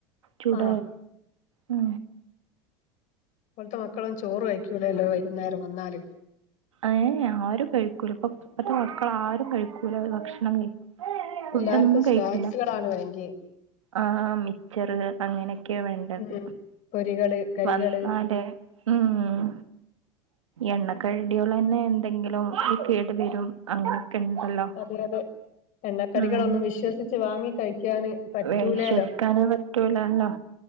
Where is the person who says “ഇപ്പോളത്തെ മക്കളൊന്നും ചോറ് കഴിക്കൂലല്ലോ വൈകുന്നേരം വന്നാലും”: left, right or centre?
Left